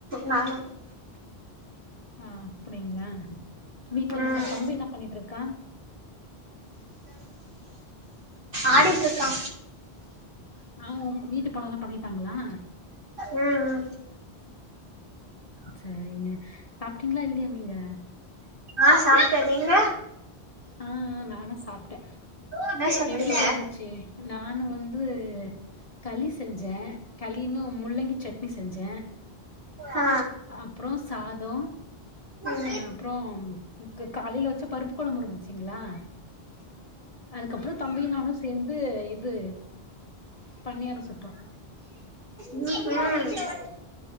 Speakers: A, on the right; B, on the left.
A: நானு
B: அஹ் அப்டிங்களா ம் வீட்ல
A: ம்
B: எல்லாம் சா தம்பி என்ன பண்ணிட்டு இருக்க
A: ஆடிட்டு இருக்கா
B: ஆ வீட்டு படம் எல்லா பண்ணிடாங்களா
A: ம் ம்
B: சரிங்க சாப்பிட்டீங்களா இல்லையா நீங்க
A: ஆஹ் சாப்டேன் நீங்க
B: ஆஹ்ஹ் நானு சாப் ட்ட
A: என்ன சாப்ட்டீங்க
B: எப்புடி போயட்டுருச்சு நா நானு வந்து களி செஞ்சேன் களின்னு முள்ளங்கி சட்னி செஞ்சேன்
A: ஆ
B: அப்றோ சாதோ
A: ம்
B: அஹ் அப்புறோம் காலையில வச்ச பருப்பு குழம்பு இருந்துச்சுங்களா அதுக்கப்றோ தம்பி நானு சேர்ந்து இது பன்னியாறொ சுட்டோ
A: உம்